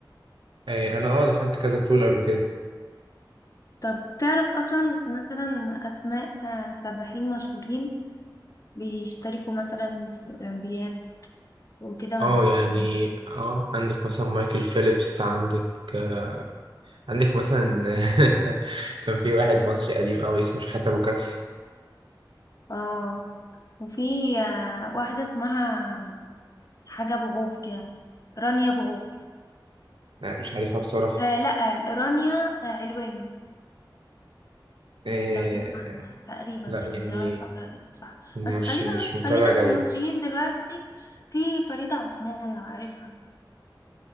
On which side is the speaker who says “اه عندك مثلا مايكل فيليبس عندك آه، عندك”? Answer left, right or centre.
Right